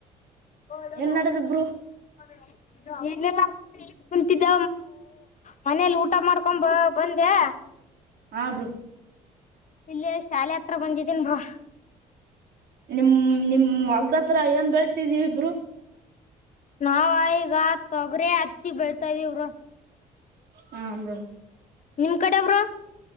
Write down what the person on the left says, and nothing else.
ಬಡ
ನ
<unintelligible> ಕುಂತಿದ್ದ ಮನೇಲಿ ಊಟ ಮಾಡ್ಕೊಂದು ಬಂದೆ
ಇಲ್ಲೆ ಶಾಲೆ ಹತ್ರ ಬಂದಿದೀನ್ ಬ್ರೊ
ನಾವ ಈಗ ತೊಗರಿ ಹತ್ತಿ ಬೆಳಿತಿದಿವಿ ಬ್ರೊ
ನಿಮ್ ಕಡೆ ಬ್ರೊ